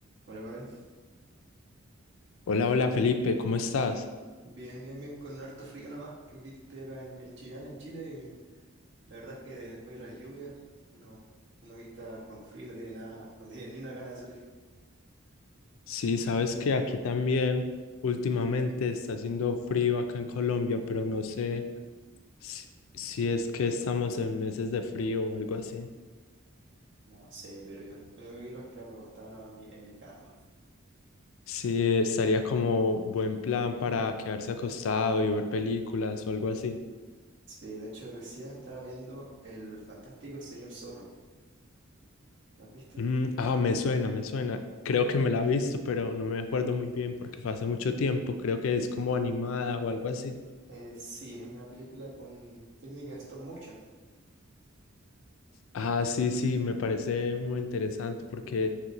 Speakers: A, on the right; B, on the left.
A: Hola Manuel,
B: Hola, hola Felipe, ¿cómo estás?
A: bien, bien, bien, con harto frío nomás, que que estoy acá en, en Chillán, en Chile, y la verdad es que después de las lluvias, uno, uno que está con frío no tiene nada, no tiene ni una gana de salir.
B: Sí, sabes que aquí también últimamente está haciendo frío acá en Colombia, pero no sé si, si es que estamos en meses de frío o algo así.
A: No sé, pero yo lo único que quiero es quedarme acostado nomás en mi, en mi cama.
B: Sí, estaría como buen plan para quedarse acostado y ver películas o algo así.
A: Sí, de hecho recién estaba viendo El Fantástico Señor Zorro. ¿Lo has visto?
B: Mm, ah, me suena, me suena. Creo que me la he visto, pero no me acuerdo muy bien porque fue hace mucho tiempo. Creo que es como animada o algo así.
A: Eh, sí, es una película con técnica de stop motion.
B: Ah, sí, sí, me parece muy interesante porque